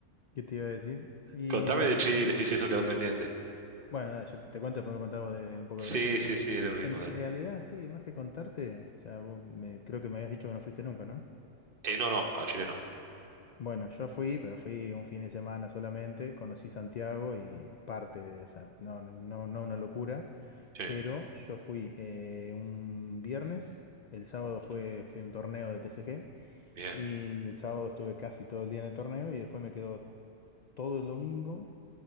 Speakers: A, on the left (about 65°); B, on the right (about 50°).
A: ¿qué te iba a decir? Y
B: Contame de Chile, sí, sí, eso quedó pendiente.
A: bueno, nada, yo te cuento, después me contás vos de un poco
B: Sí,
A: de Brasil, pero
B: sí, sí, es lo mismo,
A: en realidad
B: dale.
A: sí, más que contarte, o sea, vos me- creo que me habías dicho que no fuiste nunca, ¿no?
B: Eh, no, no, a Chile no.
A: Bueno, yo fui, pero fui un fin de semana solamente, conocí Santiago y parte, de- o sea, no, no, no no una locura,
B: Sí.
A: pero yo fui eh, un viernes, el sábado fue,
B: Mm,
A: fui a un torneo de TCG
B: Bien,
A: y el sábado estuve casi todo el día en el torneo y después me quedó todo el domingo